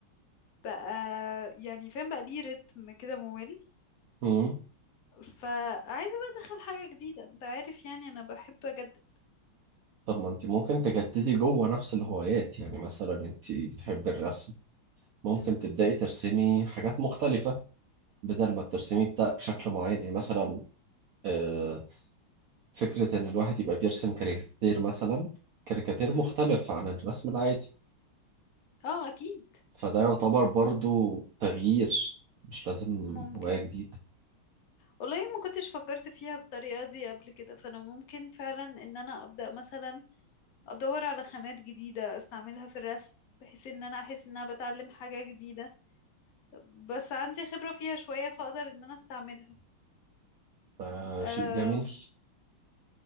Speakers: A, on the left; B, on the right.
A: بقى يعني فاهم بقى ليه رتم كده ممل
B: امم
A: فعايزة بقى ادخل حاجة جديدة انت عارف يعني انا بحب اجدد
B: طب ما انت ممكن تجددي جوه نفس الهوايات يعني مثلا انت بتحبي الرسم ممكن
A: مم.
B: تبدأي ترسمي حاجات مختلفة بدل ما ترسمي بتا- بشكل معين يعني مثلا آه، فكرة ان الواحد يبقى بيرسم كاريكاتير مثلا كاريكاتير
A: مم.
B: مختلف عن الرسم العادي
A: اه اكيد
B: فده يعتبر برضو تغيير مش لازم
A: ممكن
B: هواية جديدة
A: والله ما كنتش فكرت فيها بالطريقة دي قبل كده فانا ممكن فعلا ان انا ابدأ مثلا ادور على خامات جديدة استعملها في الرسم بحيث ان انا احس ان انا بتعلم حاجة جديدة بس عندي خبرة فيها شوية فاقدر ان انا استعملها
B: آه
A: أم...
B: شيء جميل